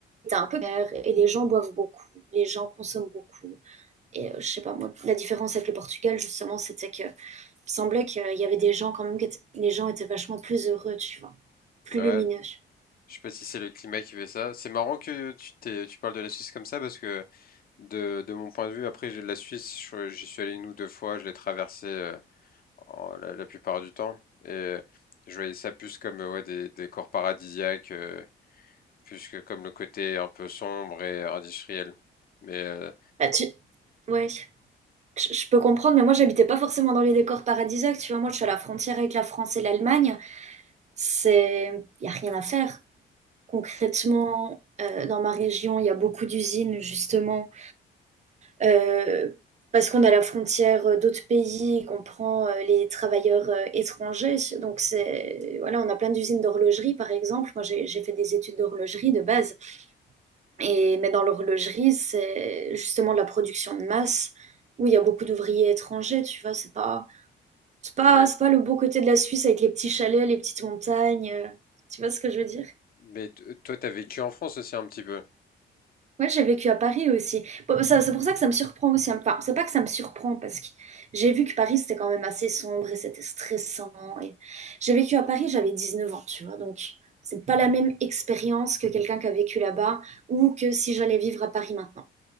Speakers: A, on the right; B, on the left.
A: t'as un peu d'air, et les gens boivent beaucoup, les gens consomment beaucoup. Et euh, je sais pas, moi, la différence avec le Portugal, justement, c'était que il me semblait qu'il y avait des gens quand même, que les gens étaient vachement plus heureux, tu vois, plus
B: ouais.
A: lumineux.
B: Je sais pas si c'est le climat qui fait ça. C'est marrant que tu t'es, tu parles de la Suisse comme ça parce que de, de mon point de vue, après j'ai de la Suisse, je- j'y suis allé une ou deux fois, je l'ai traversé en- la, la plupart du temps. Et euh, je voyais ça plus comme euh, ouais, des décors paradisiaques, euh, plus que comme le côté un peu sombre et industriel. Mais, euh,
A: Bah, tu... Ouais. Je je peux comprendre, mais moi j'habitais pas forcément dans les décors paradisiaques, tu vois. Moi je suis à la frontière avec la France et l'Allemagne. c'est, il n'y a rien à faire. Concrètement, euh, dans ma région, il y a beaucoup d'usines, justement, euh, parce qu'on a la frontière d'autres pays, qu'on prend euh, les travailleurs euh, étrangers. Donc, c'est, voilà, on a plein d'usines d'horlogerie, par exemple. Moi, j'ai j'ai fait des études d'horlogerie de base. Et, mais dans l'horlogerie, c'est justement de la production de masse où il y a beaucoup d'ouvriers étrangers, tu vois. C'est pas, c'est pas,
B: ouais.
A: c'est pas le beau côté de la Suisse avec les petits chalets, les petites montagnes. euh, Tu vois ce que je veux dire?
B: Mais t- toi, t'as vécu en France aussi un petit peu.
A: Ouais, j'ai vécu à Paris aussi. Bon, ça- C'est pour ça que ça me surprend aussi. hein. Enfin, c'est pas que ça me surprend parce que j'ai vu que Paris c'était quand même assez sombre et c'était stressant. Et j'ai vécu à Paris, j'avais 19 ans, tu vois. Donc, c'est pas la même expérience que quelqu'un qui a vécu là-bas ou que si j'allais vivre à Paris maintenant.